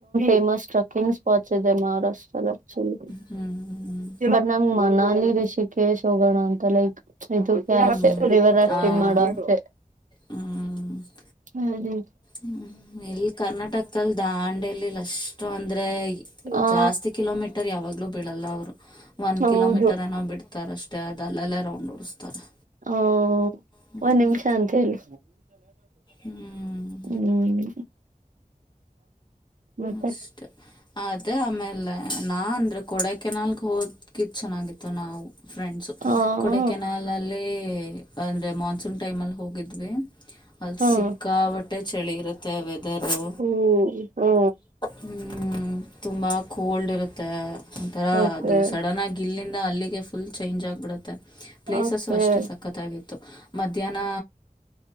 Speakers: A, on the right (about 60°); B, on the left (about 30°).
A: ೇಮಸ್ ್ರೆಕಿಂಗ ಸ್ಪೋಟ್ ಮಹಾರಾಷ್ಟ್ರದಲ್ಲಿ
B: ಹ್ಞೂ ಹ್ಞೂ
A: ಮ ನಮ್ ಮನಾಲ ರಿಷಿಕೇಶ್ ಹೋಗೋಣ ಅಂತ ಲೈಕ್ ಇೆ ತುಂಬಾ
B: ಹ್ಞೂ
A: ಅಸೆ ರಿವರ್ ರಾಫ್ಟಿಂಗ್
B: ಹಾಂ
A: ಮಾಡುವಷ್ಟೆ
B: ಹ್ಞೂ
A: ಹ್ಮ ರಿ
B: ಹ್ಮ್ ಇಲ್ಲಿ ಕರ್ನಾಟಕಲ್ ದಾಂಡೆಲಿ ಅಷ್ಟು ಅಂದ್ರೆ
A: ಆ
B: ಜಾಸ್ತಿ ಕಿಲೋಮೀಟರ್ ಯಾವಾಗ್ಲೂ ಬೀಳಲ್ಲ ಅವರು ಒನ್ ಕಿಲೋಮೀಟರ್
A: ಹೌದು
B: ಏನೋ ಬಿಡ್ತಾರೆ ಅಷ್ಟೇ ಅದು ಅಲ್ಲಲ್ಲೇ ರೌಂಡ್ ಓಡಿಸ್ತಾರೆ
A: ಹ
B: ಹ್ಮ್
A: ಒಂದ್ ನಿಮಿಷ ಅಂತ ಹೇಳಿ
B: ಹ್ಮ್
A: ನಿ ಹ್ಮ್ ಮತ್ತೆ
B: ಅಷ್ಟೆ ಅದೇ ಆಮೇಲೆ ನಾ ಅಂದ್ರೆ ಕೊಡ ಕೆೆನಾಲ್ಗೆ ಹೋದ್ಕ ಚನ್ನಾಗಿತ್ತು ನಾವು ಫ್ರೆಂಡ್ಸ
A: ಹ
B: ಕೊಡಕೆೆನಾಲ್ಲ್ಲಿ
A: ಹ
B: ಅಂದ್ರೆ ಮಾನ್ಸೂನ್ ಟೈಮ್ ಅಲ್ಲಿ ಹೋಗಿದ್ವಿ ಅಲ್ಲಿ
A: ಹ್ಮ್ ಹ್ಮ್
B: ಸಿಕ್ಕಾಪಟ್ಟೆ ಚಳಿ ಇರುತ್ತೆ ವೆದರು
A: ಹ್ಮ ಹಾ
B: ಹ ತುಂಬ ಕೋಲ್ಡ್ ಇರುತ್ತೆ ಒಂಥರ
A: ಓಕೆ
B: ಅದು ಸಡನ್ ಆಾಗಿ ಇಲ್ಲಿಂದ ಅಲ್ಲಿಗೆ ಫುಲ್ ಚೇಂಜ್ ಆಗ್ಬಿಡುತ್ತೆ ಪ್ಲೇಸಸ್ಸು
A: ಓಕೆ
B: ಅಷ್ಟೇ ಸಖತ್ತಾಗಿತ್ತು ಮಧ್ಯಾಹ್ನ